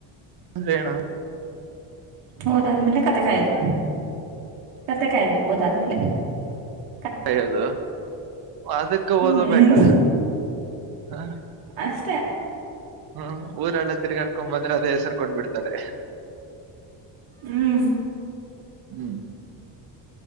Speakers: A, on the right; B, on the right.
A: <unintelligible>
B: ಹೋದಾದ್ಮೇಲೆ ಕತ್ತೆ ಕಾಯ್ದು ಕತ್ತೆ ಕಾಯ್ದು. <unintelligible>
A: ಹಯದು ಅದಕ್ಕ
B: ಹ್ಮ್
A: ಓದಬೇಕಾ. ಹಾ.
B: ಅಷ್ಟೇ
A: ಹ್ಮ್ ಊರೆಲ್ಲ ತಿರ್ಗಾಡ್ಕೊಂಡ್ ಬಂದ್ರೆ ಅದೇ ಹೆಸರ್ಕೊಂಡ್ ಬಿಡ್ತಾರೆ
B: ಹ್ಮ್
A: ಹ್ಮ್